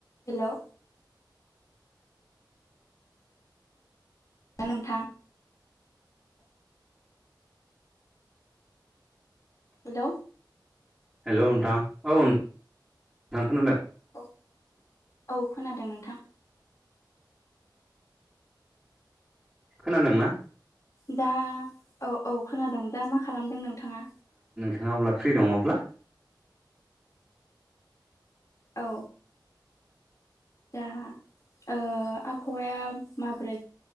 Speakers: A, on the left; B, in the centre.
A: हेलौ दा नोंथां। हेलौ
B: हेलौ नोंथां औ थां खोनादों
A: औ औ खोनादों नोंथां
B: खोनादोंना
A: दा औ औ खोनादों दा मा खालामदों नोंथाङा?
B: नों अब्ला फ्रि दङब्ला
A: औ दा ओ आबहावाया माबोरै